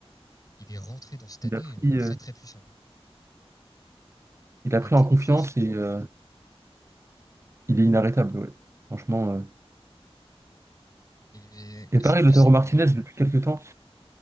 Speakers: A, on the left; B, on the right.
A: il est rentré dans cette année
B: il a pris,
A: euh, très
B: euh,
A: très puissant.
B: il
A: Il
B: a pris
A: a pris
B: en
A: confiance
B: confiance et euh, il est inarrêtable. ouais. Franchement. euh.
A: et,
B: Et
A: et je
B: pareil,
A: trouve que
B: Lautaro
A: c'est une,
B: Martinez,
A: euh,
B: depuis quelques temps,